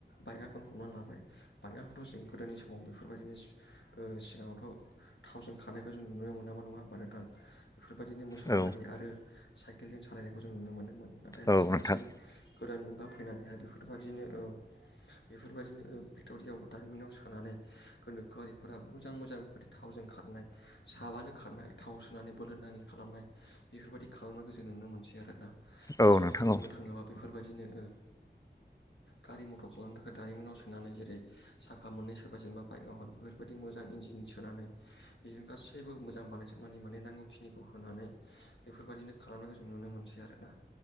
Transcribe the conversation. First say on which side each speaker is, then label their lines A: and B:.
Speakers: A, on the left; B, on the left.
A: बाइकआखौनो हमनान लाबाय बाइकआ बोथ' जों गोदोनि समाव बेफोरबायदिनो ओ सिगांङावथ' थावजों खारनायखौ जों नुनो मोनामोन नंङा होमबा नोंथां। बेफोरबायदिनो मोसौ
B: औ
A: गारि आरो साइकेलजों सालायनायखौ जों नुनो मोनोमोन नाथाय लासै
B: औ नोंथां
A: लासै गोदान मुगा फैनानैहाय बेफोरबायदिनो औ बेफोरबायदिनो ओ फेकट'रियाव दारिमिनाव सोनानै गोनोखोआरिफोरा मोजां मोजां बेफोरदि थावजों खारनाय साबानो खारनाय थाव सोनानै बोलो नाङि खालामनाय बेफोरबायदि खालामनायखौ जों नुनो मोनसै आरो ना
B: औ
A: आसलथे
B: नोंथां औ
A: बुंनो थाङोबा बेफोरबायदिनो ओ गारि मथर खालामनो थाखाय दारिमिनाव सोनानै जेरै साखा मोननै सोबाय जेनेबा बाइकआवहाय बेफोरबायदि मोजां इन्जिन सोनानै बिदिनो गासैबो मोजां बानायजोबनानै माने नांगौखिनिखौ होनानै बेफोरबायदिनो खालामनायखौ जों नुनो मोनसै आरोना